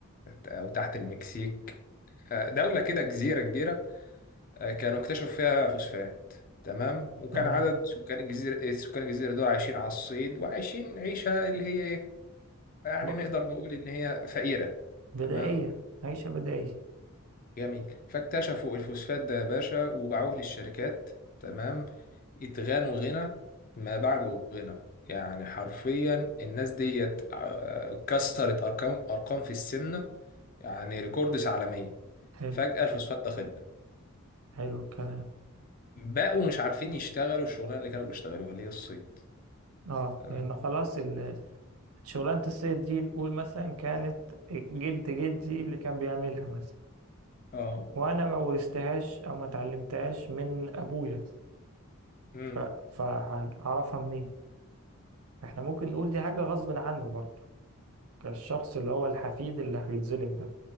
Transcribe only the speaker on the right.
تمام
بس
بدائية
عيشة بدائية
حلو
حلو الكلام
اه
لان خلاص ال- شغلانة الصيد دي نقول مثلا كانت جد جدي اللي كان بيعملها مثلا
وانا ما ورثتهاش او ما اتعلمتهاش من ابويا
ف... فهعرفها منين احنا ممكن نقول دي حاجة غصب عنه برضه كالشخص اللي هو الحفيد اللي هيتظلم ده